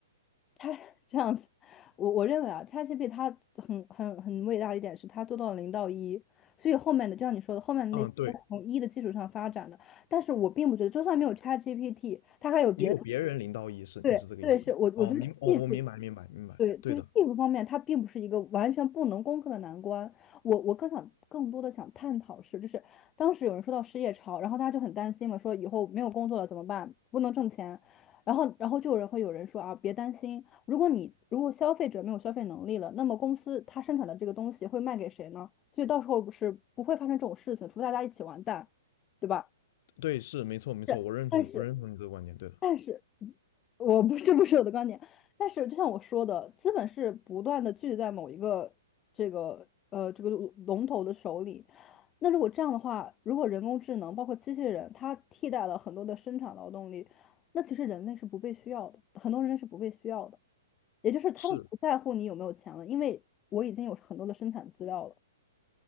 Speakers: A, on the left; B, on the left.
A: 它 <laughs> 这样子，我我认为啊，ChatGPT 它很很很伟大的一点是它做到了零到一，所以后面的就像你说的，后面的那些都是从一的基础上发展的。
B: 啊。嗯，对，
A: 但是我并不觉得，就算没有 ChatGPT，它还有别的。
B: 也有别人领导意识，
A: 对对，
B: 你是这个意思吗？
A: 是我我觉得技术
B: 哦，明，哦，我明白，明白，明白，
A: 对，
B: 对的，
A: 就是技术方面，它并不是一个完全不能攻克的难关。我我更想更多的想探讨是，就是当时有人说到失业潮，然后大家就很担心嘛，说以后没有工作了怎么办？不能挣钱。然后然后就有人会有人说啊，别担心，如果你如果消费者没有消费能力了，那么公司它生产的这个东西会卖给谁呢？所以到时候不是不会发生这种事情，除非大家一起完蛋，对吧？
B: 对，是没错，没错，
A: 是，
B: 我认同，
A: 但是。
B: 我认同你这个观点，对的，
A: 但是，我不，这不是我的观点。但是，就像我说的，资本是不断的聚集在某一个这个呃这个龙头的手里。那如果这样的话，如果人工智能包括机器人，它替代了很多的生产劳动力，那其实人类是不被需要的，很多人类是不被需要的。也就是他们不在乎你有没有钱了，
B: 是，
A: 因为我已经有很多的生产资料了。